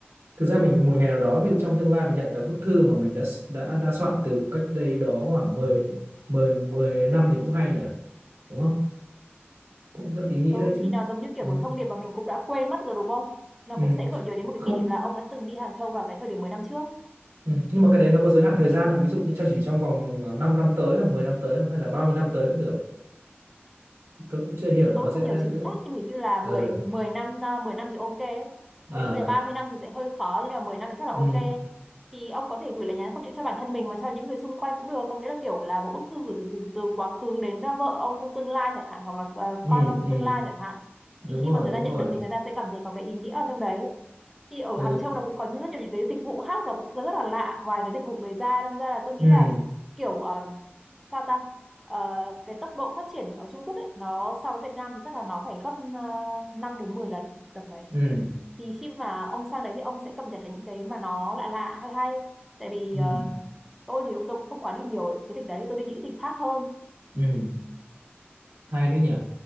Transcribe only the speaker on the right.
thực ra mình một ngày nào đó ví dụ trong tương lai mình nhận được bức thư mà mình đã s- đã đã soạn từ cách đây đó khoảng 10 10 10 năm thì cũng hay nhỉ đúng không cũng rất là ý nghĩa
đấy chứ
ừ,
ừ.
không
ừ. nhưng mà cái đấy nó có giới hạn thời gian là ví dụ như cho chỉ trong vòng 5 năm tới hoặc 10 năm tới không hay là bao nhiêu năm tới cũng được tôi cũng chưa hiểu là
nó sẽ
ra
giữa
ừ
à
ừ
ừ
ừ
đúng
rồi
đúng
rồi
ừ
ừ
ừ
ừ
ừ hay đấy nhỉ